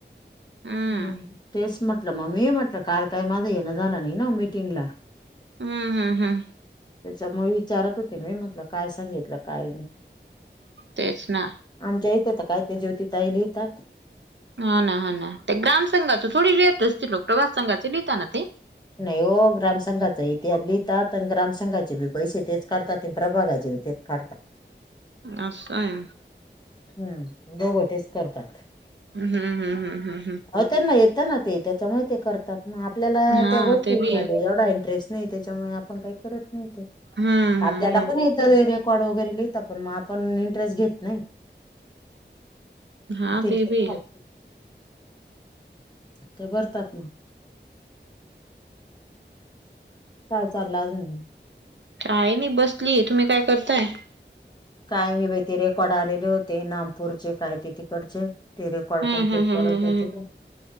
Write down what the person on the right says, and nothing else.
हम्म
हम् हम् हम्
तेच ना
हा ना हा ना ते ग्राम संघाची थोडी लिहीत असतील लोक वाचनाचे संघाचे लिहिताना ते
असं हाय
हम्म हम्म हम्म हम्म
हम्म हा
ते बी आहे.
हम्म हम्म
हम्म
हा
ते बी
आहे नाही बसलीये तुम्ही काय करताय
हम्म
हम्म हम्म
हम्म
हम्म.